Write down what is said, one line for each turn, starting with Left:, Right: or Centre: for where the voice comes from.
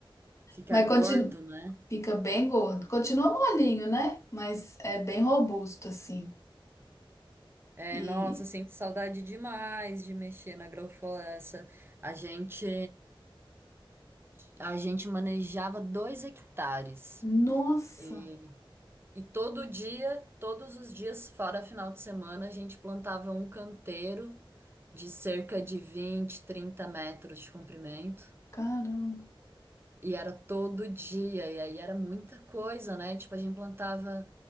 Right: Fica
Left: Mas
Right: gordo,
Left: continua,
Right: né?
Left: fica bem gordo. Continua molinho, né? Mas é bem robusto assim.
Right: É,
Left: E
Right: nossa, sinto saudade demais de mexer na agrofloresta. A gente, a gente manejava dois hectares.
Left: nossa,
Right: E, e todo dia, todos os dias, fora final de semana, a gente plantava um canteiro de cerca de 20, 30 metros de comprimento.
Left: caramba.
Right: E era todo dia, e aí era muita coisa, né? Tipo, a gente plantava